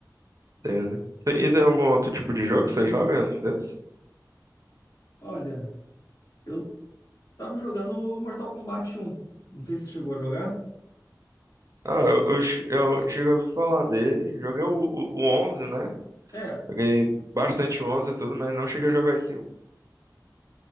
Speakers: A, on the right (about 50°); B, on the left (about 50°).
A: entendo. E tem algum outro tipo de jogo que você joga além desse?
B: Olha, eu tava jogando Mortal Kombat um. Não sei se você chegou a jogar.
A: Ah, eu, eu, che- eu cheguei a ouvir falar dele. Joguei o, o, o 11, né?
B: É,
A: Joguei bastante o 11 e tudo, mas não cheguei a jogar esse um.